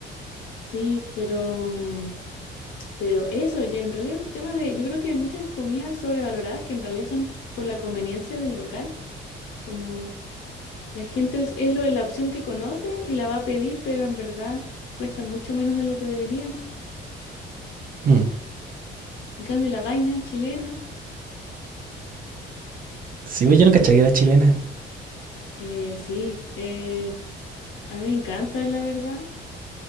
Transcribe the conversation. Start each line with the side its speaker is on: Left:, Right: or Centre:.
Left: Sí, pero mm, Pero eso, yo en realidad, tema de, yo creo que hay muchas comidas sobrevaloradas que en realidad son por la conveniencia del local. Como la gente es, es lo de la opción que conoce y la va a pedir, pero en verdad cuestan mucho menos de lo que deberían.
Right: Mm.
Left: En cambio, la vaina chilena,
Right: Sí, pues yo no cachaba que era chilena.
Left: eh, sí, eh, a mí me encanta, la verdad.